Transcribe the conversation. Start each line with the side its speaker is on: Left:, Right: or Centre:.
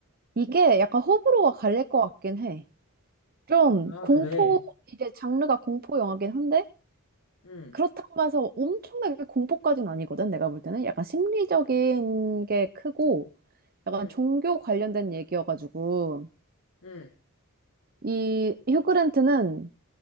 Right: 이게 약간 호불호가 갈릴 것 같긴 해. 좀
Left: 아,
Right: 공포,
Left: 그래.
Right: 이게 장르가 공포 영화긴 한데,
Left: 응,
Right: 그렇다고 해서 엄청나게 공포까지는 아니거든, 내가 볼 때는. 약간 심리적인 게 크고, 약간
Left: 응,
Right: 종교 관련된 얘기여가지고,
Left: 응,
Right: 이 휴그랜트는